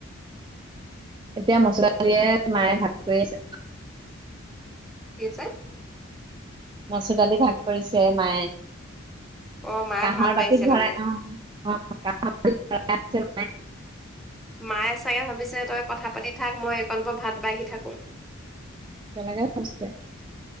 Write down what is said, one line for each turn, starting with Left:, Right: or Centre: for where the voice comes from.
Right: এতিয়া মচুৰ দালি উলিয়াই মায়ে ভাগ কৰি আছে।
Centre: কি হৈছে?
Right: মচুৰ দালি ভাগ কৰিছে মায়ে
Centre: অ মায়ে
Right: কাহৰ
Centre: ভাত বাঢ়িছে
Right: বাতিত
Centre: তাৰমানে
Right: ভৰাই অহ। <unintelligible>
Centre: মায়ে চাগে ভাবিছে তই কথা পাতি থাক মই এইকণ পা ভাত বাঢ়ি থাকো।
Right: তেনেকে <unintelligible>